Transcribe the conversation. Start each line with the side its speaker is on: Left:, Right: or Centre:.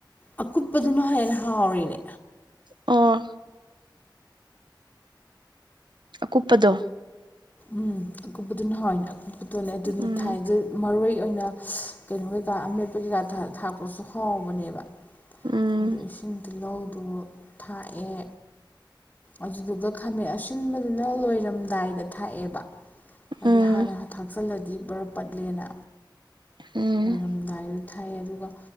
Left: ꯑꯀꯨꯞꯄꯗꯨꯅ ꯍꯦꯟꯅ ꯍꯥꯎꯔꯤꯅꯦ
Right: ꯑꯣ ꯀꯨꯞꯄꯗꯣ
Left: ꯎꯝ ꯑꯀꯨꯞꯄꯗꯨꯅ ꯍꯥꯎꯋꯤꯅꯦ ꯑꯀꯨꯞꯄꯗꯨꯅꯦ ꯑꯗꯨꯅꯤ
Right: ꯎꯝ
Left: ꯊꯥꯏꯗꯨ ꯃꯔꯣꯏ ꯑꯣꯏꯅ ꯀꯩꯅꯣ ꯀꯩꯀꯥ ꯑꯃꯦꯠꯄ ꯀꯩꯀꯥ ꯊꯥ ꯊꯥꯛꯄꯁꯨ ꯍꯥꯎꯕꯅꯦꯕ
Right: ꯎꯝ
Left: ꯑꯗꯨ ꯏꯁꯤꯡ ꯇꯤꯜꯂꯧꯗꯣ ꯊꯥꯛꯑꯦ ꯑꯗꯨꯗꯨꯒ ꯈꯥꯃꯦꯟ ꯑꯁꯤꯟꯕꯗꯨꯅ ꯂꯣꯏꯔꯝꯗꯥꯏꯗ ꯊꯥꯛꯑꯦꯕ ꯍꯥꯏꯗꯤ
Right: ꯎꯝ
Left: ꯍꯥꯟꯅ ꯊꯥꯛꯆꯜꯂꯗꯤ ꯕꯔ ꯄꯠꯂꯦꯅ
Right: ꯎꯝ
Left: ꯂꯣꯏꯔꯝꯗꯥꯏꯗ ꯊꯥꯛꯑꯦ ꯑꯗꯨꯒ